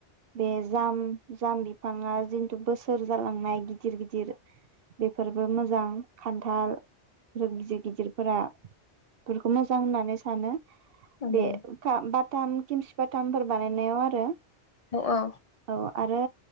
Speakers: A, on the right (about 60°); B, on the left (about 40°).
A: बे जाम जाम बिफाङा जिन्थु बोसोर जालांनाय गिदिर गिदिर बेफोरबो मोजां। खान्थाल गिदिर गिदिरफोरा बेफोरखौ मोजां होननानै सानो
B: औ
A: बे <unintelligible> थाम खिमसिबाथामफोर बानायनायाव आरो
B: औ औ
A: औ आरो